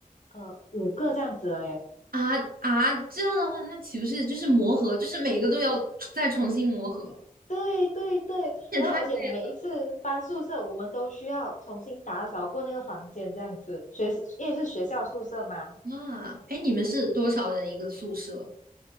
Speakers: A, on the left; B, on the right.
A: 呃五个这样子了耶。
B: 啊啊，这样的话，那岂不是就是磨合，就是每个都要再重新磨合，
A: 对对对，
B: 这也太累
A: 然后而且每一次搬宿舍，我们都需要重新打扫过那个房间，这样子。学，因为是学校宿舍嘛。
B: 了啊。哎，你们是多少人一个宿舍？